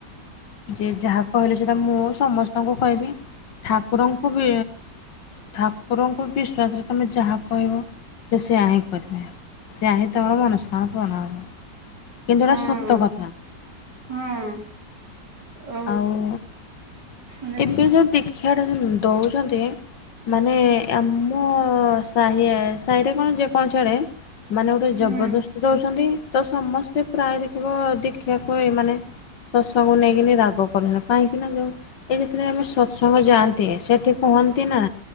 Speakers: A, on the left (about 80°); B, on the right (about 75°).
A: ଯିଏ ଯାହା କହିଲେ ସେଟା ମୁଁ ସମସ୍ତଙ୍କୁ କହିବି ଠାକୁରଙ୍କୁ ବି ଠାକୁରଙ୍କୁ ବିଶ୍ଵାସରେ ତମେ ଯାହା କହିବ। ସେ ସେଇଆ ହିଁ କରିବେ। ସେଇଆ ହିଁ ତମର ମନସ୍କାମନା ପୂରଣ ହବ। କିନ୍ତୁ ଏଇଟା
B: ହଁ
A: ସତ କଥା।
B: ହଁ। ଅ
A: ଆଉ,
B: ମାନେ
A: ଏବେ ଯୋଉ ଦୀକ୍ଷା ଟା ଯୋଉ ଦଉଛନ୍ତି। ମାନେ ଆମ ସାହି ସାହିରେ କଣ ଯେକୌଣସି ଆଡେ ମାନେ ଗୋଟେ
B: ହୁଁ
A: ଜବରଦସ୍ତ ଦେଉଛନ୍ତି ତ ସମସ୍ତେ ପ୍ରାୟ ଦେଖିବ ଦେଖିବାକୁ ଏ ମାନେ ତାକୁ ନେଇକିନି ରାଗ କଲେଣି। କାହିଁକିନା ଯୋଉ ଏଇ ଯେତେବେଳେ ଆମେ ସତ୍ସଙ୍ଗ ଯାଆନ୍ତି ସେଠି କୁହନ୍ତି ନା